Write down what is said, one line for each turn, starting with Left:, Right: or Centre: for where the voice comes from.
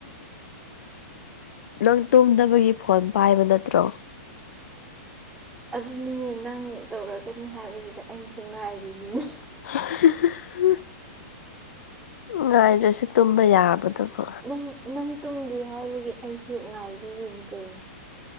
Left: ꯅꯪ ꯇꯨꯝꯗꯅꯕꯒꯤ ꯐꯣꯟ ꯄꯥꯏꯕ ꯅꯠꯇ꯭ꯔꯣ
Centre: ꯑꯗꯨꯅꯤꯅꯦ ꯅꯪ ꯇꯧꯔꯛꯀꯅꯤ ꯍꯥꯏꯕꯗꯨꯗ ꯑꯩꯁꯨ ꯉꯥꯏꯔꯤꯅꯤꯅꯦ
Left: <inaudible> ꯉꯥꯏꯗ꯭ꯔꯁꯨ ꯇꯨꯝꯕ ꯌꯥꯕꯗꯨꯕꯣ
Centre: ꯅꯪ ꯅꯪ ꯇꯨꯝꯗꯔꯤ ꯍꯥꯏꯕꯒꯤ ꯑꯩꯁꯨ ꯉꯥꯏꯕꯤꯔꯤꯅꯤ ꯀꯩꯅꯣ